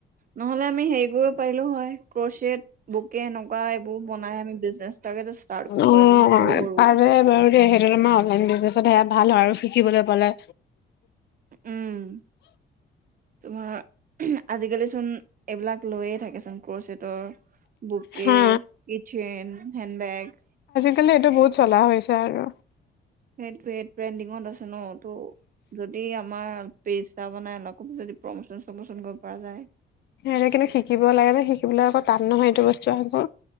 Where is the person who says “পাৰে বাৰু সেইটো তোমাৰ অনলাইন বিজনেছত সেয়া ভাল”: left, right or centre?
Left